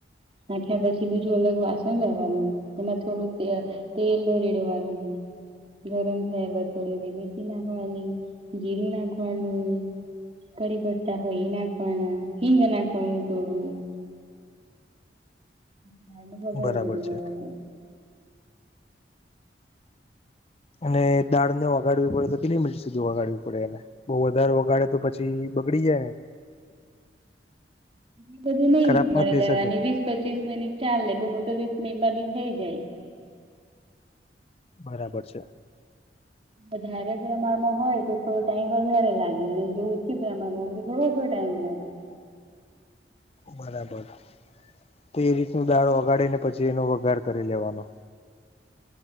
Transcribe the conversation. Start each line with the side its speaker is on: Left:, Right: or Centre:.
Right: નાખ્યા પછી બીજું અલગ વાસણ લેવાનું એમાં થોડું તે તેલ રેડવાનું ગરમ થયા બાદ થોડી રે મેથી નાખવાની, જીરું નાખવાનું કઢી પત્તા હોય એ નાકવાના, હિંગ નાકવાનું થોડું નાનું બજ
Left: બરાબર
Right: કરી લેવાનુ
Left: છે અને દાળ ને વગાડવી પડે તો કેટલી મિનિટ સુધી વગાડવી પડે એને બઉુ વધારે વગાડે તો પછી બગડી જાયે
Right: એ બધું નઈ
Left: ખરાબ
Right: મગાવી
Left: પણ થઈ
Right: લેવાની
Left: શકે
Right: વીસ પચીસ મિનિટ ચાલેે બહુ બો તો વીસ મિનિટમાં બી થઈ જાય
Left: બરાબર છે.
Right: વધારે પ્રમાણમાં હોય તો થોડો ટાઈમ વધારે લાગે અને જો ઓછી પ્રમાણમાં હોય થોડોસો ટાઈમ લાગે
Left: બરાબર તે રીતનો દાળો વગાડી ને પછી એનો વઘાર કરી લેવાનો.